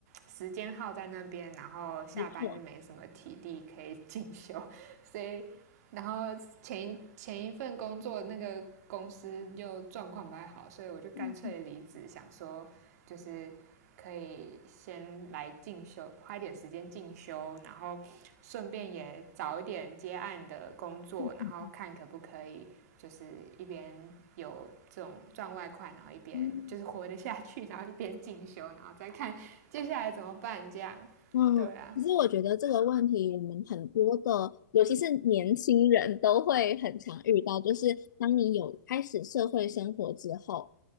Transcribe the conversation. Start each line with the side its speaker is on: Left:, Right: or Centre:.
Right: 时间耗在那边，然后下班就没什么体力可以进修，
Left: 没错，
Right: <laughs> 所以然后前前一份工作那个公司又状况不太好，所以我就干脆离职，
Left: 嗯嗯
Right: 想说就是。可以先来进修，花一点时间进修，然后顺便也找一点接案的工作，
Left: 嗯嗯嗯。
Right: 然后看可不可以就是一边有这种赚外快，然后一边就是活得下去，
Left: 嗯
Right: 然后一边进修，然后再看接下来怎么办这样。
Left: 嗯，
Right: 对啊，
Left: 其实我觉得这个问题，我们很多的，尤其是年轻人都会很常遇到，就是当你有开始社会生活之后，